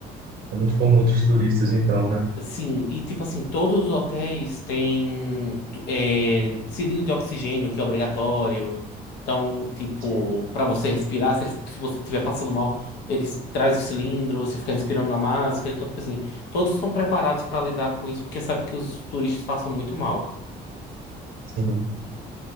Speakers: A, on the right; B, on the left.
A: É muito comum entre os turistas, então, né?
B: Sim, e tipo assim, todos os hotéis têm tu- é, cilindro de oxigênio, que é obrigatório. Então, tipo,
A: Que-
B: para você respirar, se, eles- se você estiver passando mal, eles trazem o cilindro, você fica respirando na máscara. Então, tipo assim, todos são preparados para lidar com isso, porque sabe que os turistas passam muito mal.
A: Sim,